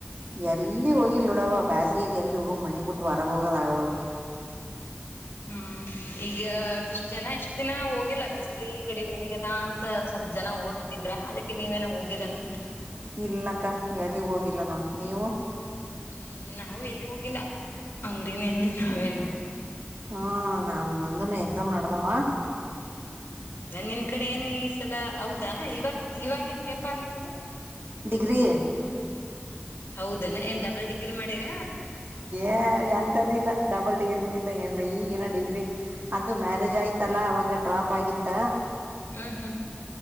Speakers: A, on the right (about 60°); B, on the left (about 75°).
A: ಎಲ್ಲಿ ಹೋಗಿ ನೋಡವ ಬ್ಯಾಸಿಗೆಗೆ ಎಲ್ಲಿ ಹೋಗ್ ಮನಿ ಬಿಟ್ಟು ಹೊರಗೋಗದ ಆಗವಲ್
B: ಹ್ಮ ಈಗ ಒಂದಿಷ್ಟು ಜನ ಎಷ್ಟು ದಿನ ಹೋಗಿ ಲಭಿಸ್ಲಿ ಕಡಿಮೆಾಗದ ಅಂತ ಸ್ವಲ್ಪ ಜನ ಹೋಗಕತ್ತಿದ್ರ ಅದಕ್ಕೆ ನೀವೇನ ಹೋಗಿರೇನಂತ
A: ಇಲ್ನಕ್ಕ ಎಲ್ಲಿ ಹೋಗಿಲ್ಲ ನೋಡ್ ನೀವು
B: ಹ್ಮ್ ನಾವ ಎಲ್ಲಿ ಹೋಗಿಲ್ಲ ಅಂಗಡಿನ ಅಂಗಡಿ ನಾವೇ ನಾವು
A: ಹ್ಮ ನಾ ನಮ್ ನಂದನು ಎಕ್ಸಾಮ್ ನಡ್ದಾವ
B: ಹ ನಿಮ್ ಕಡೆ ಏನು ಈ ಸಲ ಹೌದಾ ಇವ ಇವಾಗೇನ್ ಪೇಪರ್ ನಿಮ್ದು
A: ಡಿಗ್ರಿ
B: ಹೌದನ ಏನ್ ಡಬಲ್ ಡಿಗ್ರಿ ಮಾಡಿರಾ
A: ಏ ಎಂತದಿಲ್ಲ ಡಬಲ್ ಡಿಗ್ರಿ ಇಲ್ಲ ಏನಿಲ್ಲ ಈಗ ಇನ್ನ ಡಿಗ್ರಿ ಅದು ಮ್ಯಾರೇಜ್ ಆಯ್ತಲ್ಲ ಅವಾಗ ಡ್ರಾಪ್ ಆಗಿತ್ತ
B: ಹ್ಮ್ ಹ್ಮ್